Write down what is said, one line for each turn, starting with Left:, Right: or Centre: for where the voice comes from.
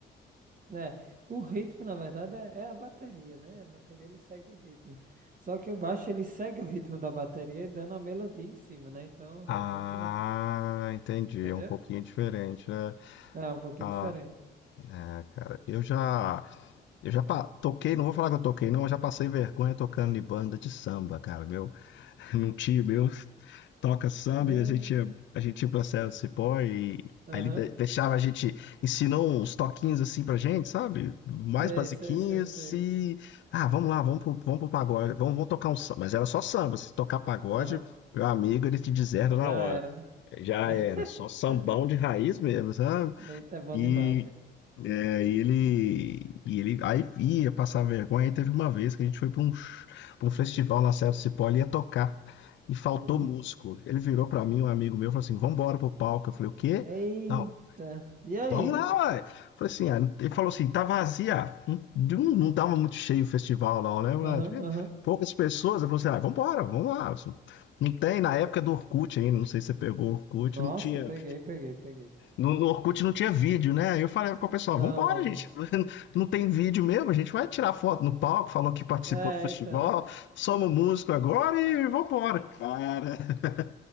Right: Né? É, O ritmo, na verdade, é é a bateria, né? A bateria ele segue o ritmo. Só que o baixo ele segue o ritmo da bateria e dando a melodia em cima, né? Então
Left: Ah,
Right: é muito,
Left: entendi.
Right: entendeu?
Left: É um pouquinho diferente, né?
Right: É um pouquinho
Left: Ah,
Right: diferente.
Left: é, cara. Eu já, eu já pa- toquei, não vou falar que eu toquei, não, eu já passei vergonha tocando em banda de samba, cara, meu. <laughs> Num tio meu. toca samba
Right: É,
Left: e a gente ia, a gente ia pra Serra do Cipó e
Right: Aham.
Left: aí ele de- deixava a gente, ensinou uns toquinhos assim pra gente, sabe? Mais
Right: Sei,
Left: basiquinhos
Right: sei, sei, sei.
Left: e, ah, vamos lá, vamos pro, vamos pro pagode, vamos, vamos tocar um samba. Mas era só samba, se tocar pagode,
Right: Aham.
Left: meu amigo, ele te deserda
Right: Já
Left: na hora.
Right: era, né?
Left: Já
Right: <laughs>
Left: era, só sambão de raiz mesmo, sabe?
Right: Eita, é bom
Left: E,
Right: demais, velho.
Left: é, e ele, e ele aí ia passar vergonha. Aí teve uma vez que a gente foi para um, sh- pra um festival na Serra do Cipó, ele ia tocar e faltou
Right: Uhum.
Left: músico. Ele virou para mim, um amigo meu, falou assim: Vamos embora pro palco. Eu falei: O quê?
Right: Eita.
Left: Não,
Right: E aí?
Left: vamos lá, ué. Eu Falei assim: ah, Ele falou assim: Tá vazia. Não, não tava muito cheio o festival, não, né? Lá
Right: Aham,
Left: tinha
Right: aham.
Left: Poucas pessoas. Eu falei assim: ah, Vamos embora, vamos lá. Isso Não tem, na época do Orkut ainda, não sei se você pegou o Orkut,
Right: Nossa,
Left: não tinha
Right: peguei, peguei, peguei.
Left: no, no Orkut não tinha vídeo, né? Aí eu falei com o pessoal,
Right: Não,
Left: vambora,
Right: não, não.
Left: gente. <laughs> Não tem vídeo mesmo, a gente vai tirar foto no palco, falou que participou
Right: É,
Left: do festival,
Right: então.
Left: somos músico agora e
Right: <laughs>
Left: vambora. Cara, <laughs>